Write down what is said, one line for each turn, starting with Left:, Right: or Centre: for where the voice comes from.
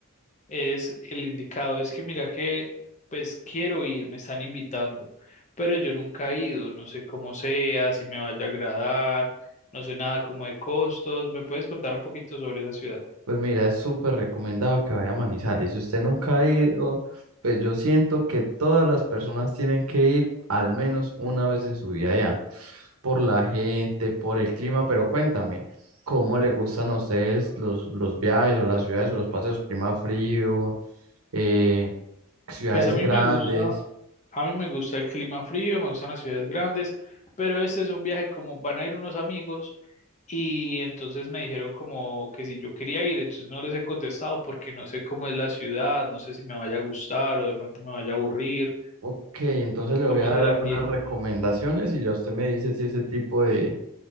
Left: Es el indicado. Es que mira que, pues quiero ir, me están invitando, pero yo nunca he ido, no sé cómo sea, si me vaya a agradar, no sé nada como de costos. ¿Me puedes contar un poquito sobre esa ciudad?
Right: Pues mira, es súper recomendado que vaya a Manizales. Si usted nunca ha ido, pues yo siento que todas las personas tienen que ir al menos una vez en su vida ya, por la gente, por el clima, pero cuéntame, ¿cómo le gustan a ustedes los, los viajes o las ciudades o los paseos? Clima frío, eh, ciudades
Left: Pues a mí
Right: grandes.
Left: me gusta, A mí me gusta el clima frío, me gustan las ciudades grandes, pero este es un viaje como van a ir unos amigos y entonces me dijeron como que si yo quería ir, entonces no les he contestado porque no sé cómo es la ciudad, no sé si me vaya a gustar o de pronto me vaya a aburrir,
Right: Ok, entonces le
Left: cómo
Right: voy a
Left: es
Right: dar
Left: el
Right: algunas
Left: ambiente.
Right: recomendaciones y ya usted me dice si ese tipo de,